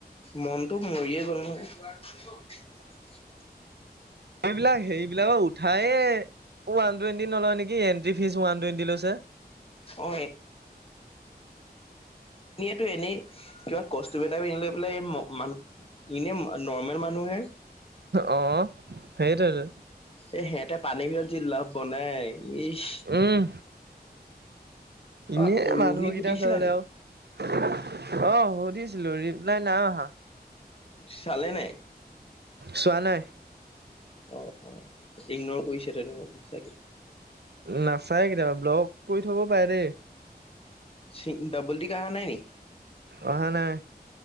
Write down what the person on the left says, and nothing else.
মনটো মৰিয়ে গ'ল ন।
অ টো এনেই কিবা কষ্টিউম এটা পিন্ধি লৈ পেলাই এই <unintelligible> ইনে নৰ্মেল মানুহ হে
এ সিহঁতে পানী বিলত যি <unintelligible> ইচ
অ ৰুহি
সুধিছিলা
নি
চালে নাই।
অ', অ' ইগনৰ কৰিছে তেনেহলে চাগে।
চিন ডবল টিক আহা নাই নেকি।